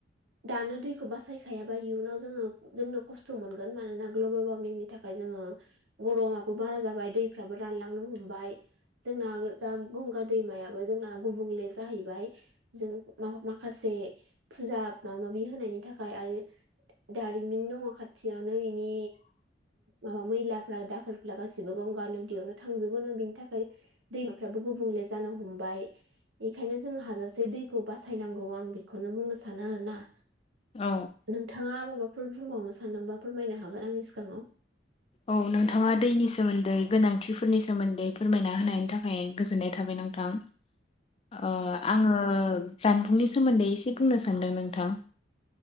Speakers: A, on the right; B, on the left.
A: दानो दैखौ बासायखायाबा इयुनाव जोङो जोंनो खस्थ' मोनगोन मानोना ग्लबेल वार्मिंनि थाखाय जोङो गर'माबो बारा जाबाय दैफ्राबो रानलांनो हमबाय। जोंना गो दा गंगा दैमायाबो जोंना गुबुंले जाहैबाय। जों मा - माखासे फुजा माबा - माबि होनायनि थाखाय आरो दारिमिन दङ खाथियावनो बिनि माबा मैला दाखोर फला गासिबो गंगा नदियावनो थांजोबोनो बिनि थाखाय दैमाफ्राबो गुबुंले जानो हमबाय बेखायनो जों हाजासे एसे दैखौ बासायनांगौ आं बेखौनो बुंनो सानो आरो ना।
B: औ।
A: नोंथाङा माबाफोर बुंबावनो सानदोंबा फोरमायनो हागोन आंनि सिगाङाव।
B: औ नोंथाङा दैनि सोमोन्दै गोनांथिफोरनि सोमोन्दै फोरमायना होनायनि थाखाय गोजोननाय थाबाय नोंथां।
A: <inaudible>
B: ओ आङो जानबुंनि सोमोन्दै एसे बुंनो सान्दों नोंथां।